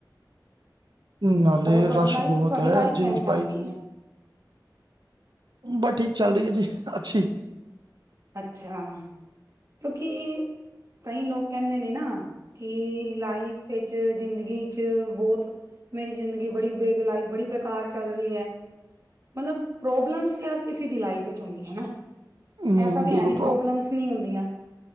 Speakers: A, on the right; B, on the right.
A: ਨਾਲੇ
B: ਹੋਰ ਤੁਹਾਡੀ
A: ਰਸ਼
B: ਲਾਈਫ
A: ਬਹੁਤ
B: ਤੁਹਾਡੀ
A: ਹੈ
B: ਲਾਈਫ
A: ਜਿੰਜ
B: ਕਹਿਣ ਚੱਲਦੀ
A: ਬਾਈਕ
B: ਹੈ
A: ਬਸ ਠੀਕ ਚੱਲ ਰਹੀ ਹੈ ਜੀ, ਅੱਛੀ।
B: ਅੱਛਾ, ਤੌ ਕਿ ਕਈ ਲੋਕ ਕਹਿੰਦੇ ਨੇ ਨਾ ਕਿ ਲਾਈਫ ਵਿੱਚ, ਜ਼ਿੰਦਗੀ 'ਚ ਬਹੁਤ ਮੇਰੀ ਜ਼ਿੰਦਗੀ ਬੜੀ ਬੇਗ ਲਾਈਫ ਬੜੀ ਬੇਕਾਰ ਚੱਲ ਰਹੀ ਹੈ, ਮਤਲਬ ਪ੍ਰੋਬਲਮਸ ਤੇ ਹਰ ਕਿਸੇ ਦੀ ਲਾਈਫ ਵਿੱਚ ਹੁੰਦੀ ਹੈ ਨਾ।
A: ਹੂੰ
B: ਐਸਾ ਤਾਂ
A: ਬਿਲਕੁਲ
B: ਹੈ ਨਹੀਂ, ਪ੍ਰੋਬਲਮਸ
A: ਪ੍ਰੋਬ
B: ਨਹੀਂ ਹੁੰਦੀਆਂ।